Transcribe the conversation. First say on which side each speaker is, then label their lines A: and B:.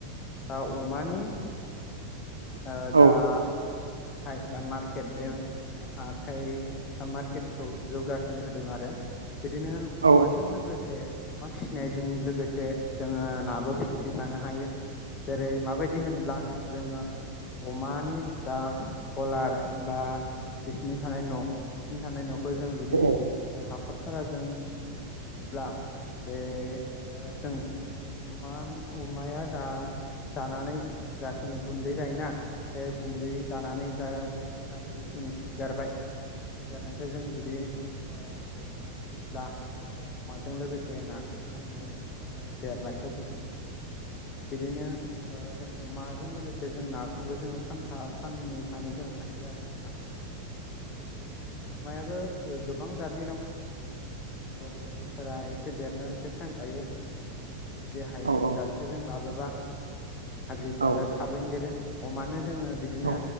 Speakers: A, on the left (about 30°); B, on the right (about 80°).
A: दा अमानि ओ
B: औ
A: दा हाथाय बा मार्केट बे ओ हा थाइ आ मार्केटखौ जौगासिन होदों आरो। बिदिनो
B: औ नोंथां औ
A: अमाजों लोगोसे अमा फिसिनायजों लोगोसे जोङो नाबो फिसिफानो हायो। जेरै माबायदि होनब्ला जोङो अमानि जा गलार बा बिसिनि थानाय न बिसिनि थानाय नख खौ जों जुदि
B: औ
A: ओ हाखरफारा जों फियोब्ला बे ओ जों अमान अमाया जा जानानै जाखिनि गुन्दै जायोना बे गुन्दै जानानै जा बिथांमोनहा जि खिनि सिगारबाय बे सिगारनायखौ जों जुदि ओ नानो होयोब्ला ओ अमाजों लोगोसे नाखौबो जोङो ओ देरनायखौ जों नुनो मो बिदिनो ओ जों अमाजों लोगोसे से जों नाखौबो जोङो फानफा फानैफानो जों हायो आरो नोंथां बेबायदि अमायाबो ओ गोबां जाथनि दं बिदिनो जोंनि लकेलफोरा एस से देरनो एसे टाइम लायो बिदिनो जों जुदि हाइब्रिद
B: औ नोंथां औ नोंथां
A: जाथखो जों लाबोबा बिदिनो हाब्रिद जाददा
B: औ नोंथां औ नोंथां औ
A: देरो अमानो जोङो बिदिनो
B: औ